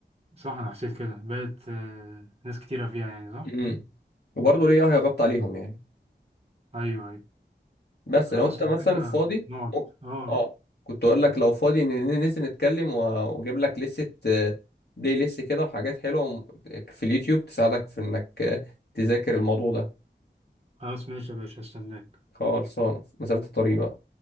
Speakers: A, on the right; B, on the left.
A: صح أنا حسيت كده بقت آه، ناس كتيرة فيها يعني صح؟
B: امم وبرضه ليه هيغطي عليهم يعني
A: أيوه أيوه
B: بس
A: خلاص
B: لو آه. انت مثلا
A: لو كده
B: فاضي
A: نقعد
B: ممكن-
A: أه
B: اه كنت اقول لك لو فاضي ن- ن- ننزل نتكلم و- واجيب لك لستة آه، بلاي ليست كده وحاجات حلوة وم- في اليوتيوب تساعدك في انك آه، تذاكر الموضوع ده
A: خلاص ماشي يا باشا هستناك
B: خلصانة مسافة الطريق بقى